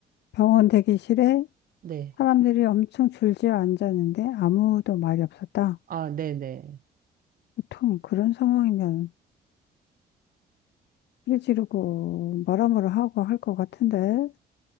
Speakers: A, on the left; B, on the right.
A: 병원 대기실에
B: 네.
A: 사람들이 엄청 줄지어 앉았는데 아무도 말이 없었다.
B: 아, 네네.
A: 보통 그런 상황이면 삐 지르고 뭐라뭐라 하고 할 것 같은데,